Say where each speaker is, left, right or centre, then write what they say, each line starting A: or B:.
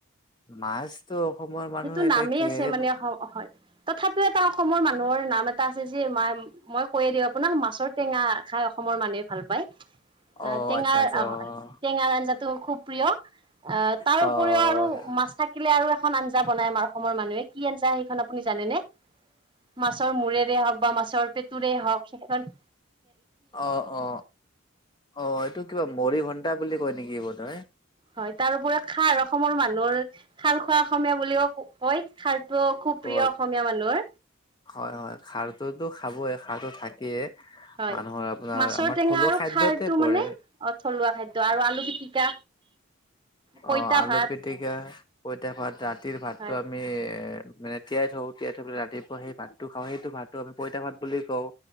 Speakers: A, on the left; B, on the right.
A: মাছতো অসমৰ মানুহে
B: সেইটো
A: এতিয়া
B: নামেই
A: কিহেৰে
B: আছে মানে অ হয়। তথাপিও এটা অসমৰ মানুহৰ নাম এটা আছে যে মই কৈয়ে দিওঁ আপোনাক মাছৰ টেঙা খাই অসমৰ মানুহে ভাল পায়। আহ
A: অ
B: টেঙাৰ
A: আচ্ছা আচ্ছা অ
B: টেঙা আঞ্জা খুব প্ৰিয়। তাৰ
A: হয়
B: উপৰিও আৰু মাছ থাকিলে থাকিলে আৰু এখন আঞ্জা বনাই আমাৰ অসমৰ মানুহে কি আঞ্জা সেইখন আপুনি জানেনে? মাছৰ মূৰেৰে হওক বা মাছৰ পেটুৰে হওক সেই
A: অ অ অ এইটো কিবা মৰিঘন্টা বুলি কয় নেকি বোধ হয়?
B: হয়। তাৰপৰিও খাৰ অসমৰ মানুহৰ খাৰ খোৱা অসমীয়া বুলিও কয়। খাৰটো খুব প্ৰিয়
A: অ
B: অসমীয়া মানুহৰ
A: হয় হয়। খাৰটোতো খাবই খাৰো থাকেইে।
B: হয়
A: মানুহৰ আপোনাৰ
B: মাছৰ
A: আমাৰ
B: টেঙা
A: থলুৱা
B: আৰু
A: খাদ্যতে
B: খাৰটো
A: পৰে।
B: মানে অ থলুৱা খাদ্য আৰু আলু পিটিকা পইতা
A: অ আলু-পিটিকা
B: ভাত
A: পইতা-ভাত ৰাতিৰ ভাতটো
B: হয়
A: আমি এ মানে তিয়াই থওঁ। তিয়াই থৈ পেলাই ৰাতিপুৱা সেই ভাতটো খাওঁ সেইটো ভাতটো আমি পইতা ভাত বুলি কওঁ।